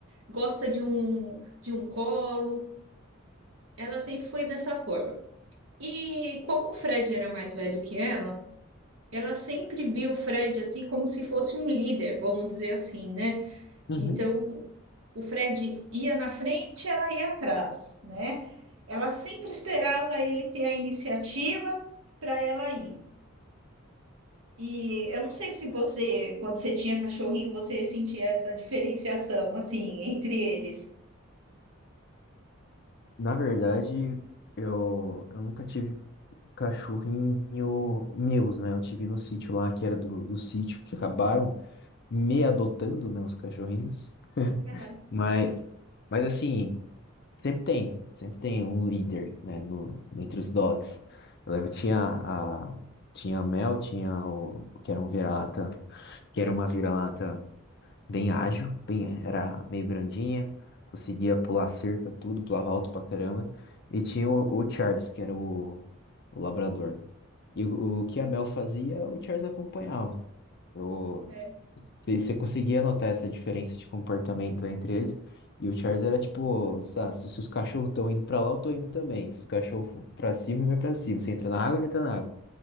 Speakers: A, on the right; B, on the left.
A: gosta de um, de um colo. Ela sempre foi dessa forma. E como o Fred era mais velho que ela, ela sempre viu o Fred assim como se fosse um líder, vamos dizer assim, né?
B: Uhum.
A: Então, o Fred ia na frente, ela ia atrás, né? Ela sempre esperava ele ter a iniciativa para ela ir. E eu não sei se você, quando você tinha cachorrinho, você sentia essa diferenciação assim entre eles.
B: Na verdade, eu, eu nunca tive cachorrinho meus, né? Eu tive no sítio lá, que era do, do sítio, que acabaram me adotando, né? Os cachorrinhos.
A: <laughs>
B: Mas, mas assim, sempre tem, sempre tem um líder, né? No, entre os dogs. Eu lembro que tinha a, tinha a Mel, tinha o, que era um vira-lata, que era uma vira-lata bem ágil, bem, era meio grandinha, conseguia pular cerca, tudo, pulava alto pra caramba. E tinha o, o Charles, que era o, o labrador. E o, o que a Mel fazia, o Charles acompanhava. Eu,
A: É,
B: você você conseguia notar essa diferença de comportamento entre eles. E o Charles era tipo, sa- se se os cachorros estão indo pra lá, eu tô indo também. Se os cachorros for pra cima, ele vai pra cima. Se entra na água, ele entra na água.